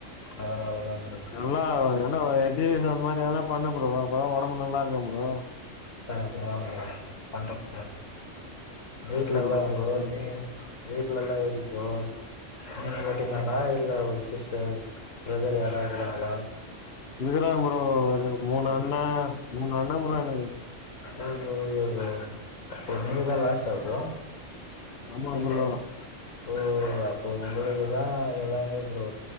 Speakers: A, on the left (about 85°); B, on the left (about 55°).
A: அதனால தா ப்ரோ
B: நல்லா நல்லா எக்ஸசைஸ் அந்த மாரி எதனா பண்ணு ப்ரோ அப்பதா உடம்பு நல்லா இருக்கு ப்ரோ
A: கரெக்ட்டு தா ப்ரோ பண்ற ப்ரோ வீட்ல
B: சேரி
A: எல்லா ப்ரோ
B: சேரி
A: நீங்க வீட்லல்லா எப்டி ப்ரோ நீங்க மட்டுதானா இல்ல ஒரு சிஸ்டர் பிரதர் யாரா இருக்கறாங்களா
B: இருக்காறங்க ப்ரோ எனக்குமூணு அண்ண மூணு அண்ண ப்ரோ எனக்கு
A: ஓகே ஓகே ப்ரோ சோ நீங்க தா லாஸ்ட்டா ப்ரோ
B: ஆமா
A: இல்ல
B: ப்ரோ
A: ஓ அப்போ உங்களுக்குதா எல்லாமே ப்ரோ